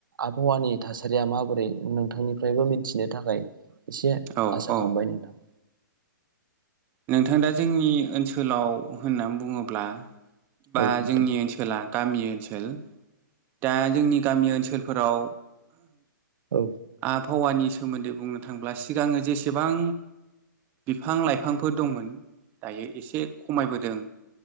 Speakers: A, on the right; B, on the right.
A: आबहावानि थासारिया माबोरै नोंथांनिफ्रायबो मिथिनो थाखाय एसे
B: औ-औ-औ
A: आसा खालामबाय नोंथां
B: नोंथां दा जोंनि ओनसोलाव होननानै बुङोब्ला बा
A: औ नोंथां
B: जोंनि ओनसोला गामि ओनसोल दा जोंनि गामि ओनसोलफोराव
A: औ
B: आबहावानि सोमोन्दै बुंनो थाङोब्ला सिगाङो जेसेबां बिफां लाइफां फोर दंमोन दायो एसे खमायबोदों